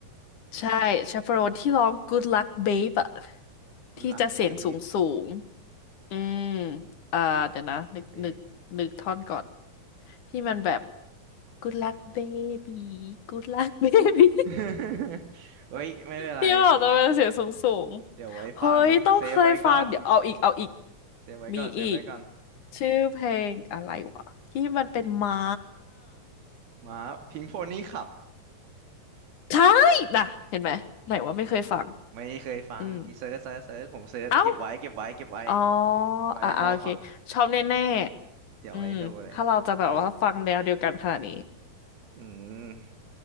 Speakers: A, on the left (about 60°); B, on the right (about 80°).
A: ใช่ชาปโรนที่ร้อง Good Luck Babe อะ
B: กูรักเป๊
A: ที่จะเสียงสูงสูง อืม อ่า เดี๋ยวนะนึก
B: ปรักเป๊ป
A: นึก นึกท่อนก่อน ที่มันแบบ good luck baby good luck <laughs> baby
B: <laughs> เฮ้ยไม่เป็นไร
A: ที่บอกจะเป็นเสียงสูงสูง
B: เดี๋ยวไว้ฟังเซฟไว้ก่อน
A: เฮ้ย ต้องเคยฟัง เดี๋ยวเอาอีก เอาอีก
B: เซฟไว้ก่อนเซฟไว้ก่อน
A: มีอีก ชื่อเพลงอะไรวะ ที่มันเป็นม้า
B: มาพิงโฟนี่ขับ
A: ใช่นะเห็นไหม ไหนว่าไม่เคยฟัง
B: ไม่เคยฟังเมื่อกี่เซิร์ชเซิร์ชเซิร์ชผมเซิร์ชเก็บไว้เก็บไว้เก็บไว้
A: อืมเอ้า อ๋อ
B: เก็บไว้ลองฟัง
A: อ่าโอเค ชอบแน่ๆอืม
B: เดี๋ยวไว้ดูเลย
A: ถ้าเราจะแบบว่าฟังแนวเดียวกันขนาดนี้
B: อืม